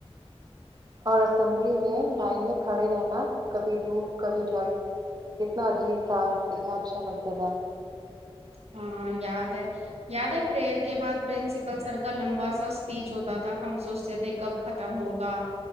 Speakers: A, on the right; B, on the right.
A: اور اسمبلی میں لائن میں کھڑے رہنا کبھی دھوپ کبھی ٹھنڈ کتنا عجیب تھا کتنا اچھا لگتا تھا
B: ہاں یاد ہے یاد ہے پرریئر کے بعد پرنسپل سر کا لمبا سا اسپیچ ہوتا تھا ہم سوچتے تھے کب ختم ہوگا